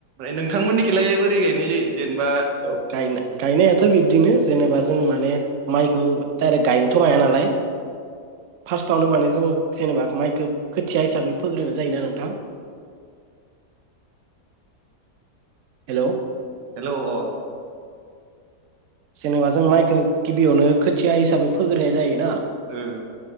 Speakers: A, on the right; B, on the right.
A: नोंथांमोननिखिलाय बोरै गायनाय जायो? जेनेबा
B: औ गायना गायनायाथ‌' बि बिदिनो जेनेबा जों माने माइखौ डाइरेक गायनोथ' हाया नालाय फार्स्टआवनो माने जों जेनेबा माइखो खोथिया हिसाबै फोग्रोननाय जायोना नोंथां। हेल'
A: हेलौ‌‌ अ
B: जेनेबा जों माइखो‌‌ गिबियावनो खोथिया हिसाबै फोग्रोनाय जायो ना।
A: ओ।